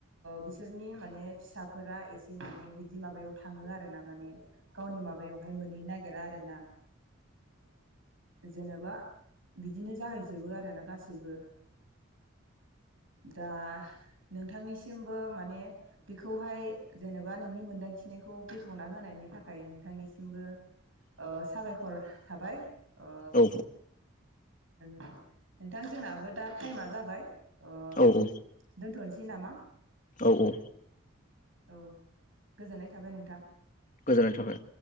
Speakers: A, on the right; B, on the left.
A: बिसोरनि माने फिसाफोरा एसे माने बिदि माबायाव थाङो आरो ना माने गावनि माबायावहाय मोनहैनो नागिरा आरोना जेनेबा बिदिनो जाहैजोबो आरोना गासैबो दा नोंथांनिसिमबो माने बेखौहाय जेनेबा नोंनि मोनदांथि बेखेवना होनायनि थाखाय नोंथांनिसिमबो साबायखर थाबाय। ओ।
B: औ
A: नोंथां जोंनाबो दा टाइमा जाबाय ओ
B: औ औ
A: दोनथनोसै नामा?
B: औ औ।
A: औ गोजोननाय थाबाय नोंथां।
B: गोजोननाय थाबाय।